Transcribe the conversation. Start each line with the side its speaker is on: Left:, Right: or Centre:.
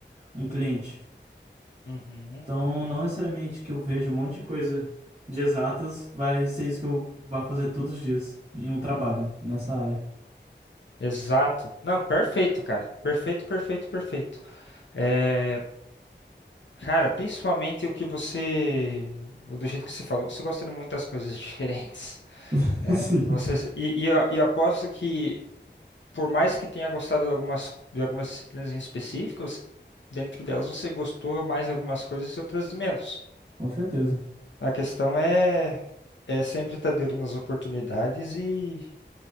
Right: um cliente.
Left: Uhum.
Right: Então, não necessariamente que eu veja um monte de coisa de exatas vai ser isso que eu vá fazer todos os dias em um trabalho nessa área.
Left: Exato. Não, perfeito, cara. Perfeito, perfeito, perfeito. É, cara, principalmente o que você, do jeito que você falou, você gosta de muitas coisas <laughs> diferentes,
Right: <laughs>
Left: né?
Right: Sim,
Left: Você, e, e, eu- e aposto que, por mais que tenha gostado de algumas, de algumas disciplinas em específico, você- dentro delas você gostou mais de algumas coisas e outras de menos.
Right: com certeza.
Left: A questão é, é sempre estar de olho nas oportunidades e,